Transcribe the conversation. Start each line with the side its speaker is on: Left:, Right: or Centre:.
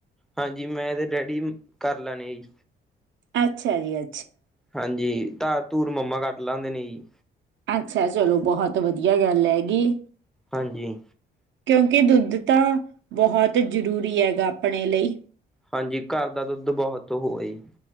Centre: ਹਾਂਜੀ ਮੈਂ ਤੇ ਡੈਡੀ ਕਰ ਲੈਣੇ ਆ ਜੀ।
Right: ਅੱਛਾ ਜੀ ਆ
Centre: ਹਾਂਜੀ ਧਾ ਤੂਰ ਮੰਮਾ ਕੱਟ ਲੈਂਦੇ ਨੇ ਜੀ।
Right: ਅੱਛਾ ਚਲੋ ਬਹੁਤ ਵਧੀਆ ਗੱਲ ਹੈਗੀ,
Centre: ਹਾਂਜੀ
Right: ਕਿਉਂਕਿ ਦੁੱਧ ਤਾਂ ਬਹੁਤ ਜ਼ਰੂਰੀ ਹੈਗਾ ਆਪਣੇ ਲਈ।
Centre: ਹਾਂਜੀ ਘਰ ਦਾ ਦੁੱਧ ਬਹੁਤ ਹੋ ਏ ਈ।